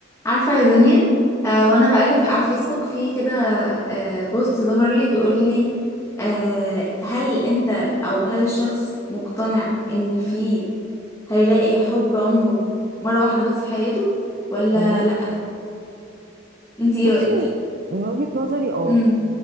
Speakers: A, on the left; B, on the right.
A: عارفة يا دنيا آه وانا بقلب في- على الفيسبوك في كده آه بوست ظهر لي بيقول لي آه هل انت او هل الشخص مقتنع ان في هيلاقي حب عمره مرة واحدة بس في حياته ولا
B: مم.
A: لا انت ايه
B: بصي
A: رأيك
B: من وجهة نظري اه
A: امم